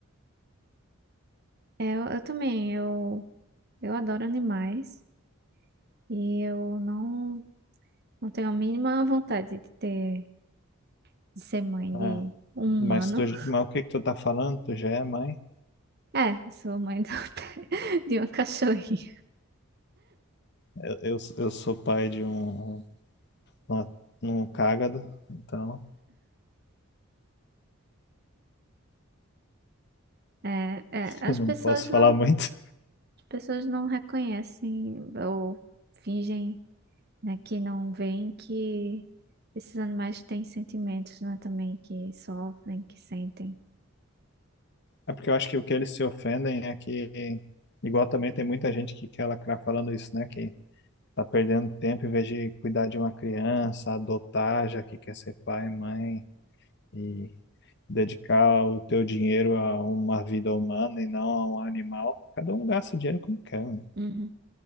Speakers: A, on the right (about 50°); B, on the left (about 50°).
A: É, eu, eu também, eu, eu adoro animais e eu não, não tenho a mínima vontade de ter, de ser mãe
B: Ah,
A: de um humano.
B: mas, tu,
A: <laughs>
B: mas o que que tu tá falando? Tu já é mãe?
A: É, eu sou mãe do- <laughs> de uma cachorrinha.
B: Eu, eu, eu sou pai de um, uma- um cágado, então
A: É, é,
B: <laughs>
A: as
B: não
A: pessoas
B: posso
A: não,
B: falar muito.
A: as pessoas não reconhecem ou fingem, né, que não veem que esses animais têm sentimentos, né, também, que sofrem, que sentem.
B: É porque eu acho que o que eles se ofendem é que, igual também tem muita gente que quer lacrar falando isso, né? Que tá perdendo tempo em vez de cuidar de uma criança, adotar, já que quer ser pai, mãe, e dedicar o teu dinheiro a uma vida humana e não a um animal. Cada um gasta o dinheiro como quer, né?
A: Uhum.